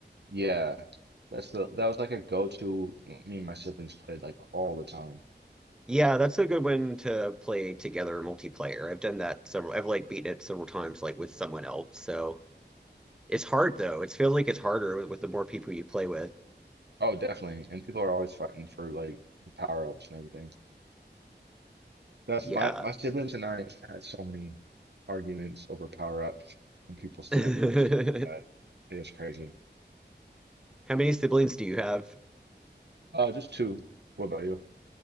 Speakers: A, on the right; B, in the centre.
A: yeah, that's the that was like a go-to. well, Me and my siblings played like all the time.
B: Yeah, that's a good one to play together multiplayer. I've done that several. I've like beaten it several times, like with someone else. So it's hard though. It feels like it's harder with, with the more people you play with.
A: Oh, definitely. And people are always fighting for like the power-ups and everything. That's
B: Yeah.
A: my my siblings and I had so many arguments over power-ups and people stealing
B: <laughs> How
A: them and stuff like that. It's crazy.
B: many siblings do you have?
A: Uh, just two. What about you?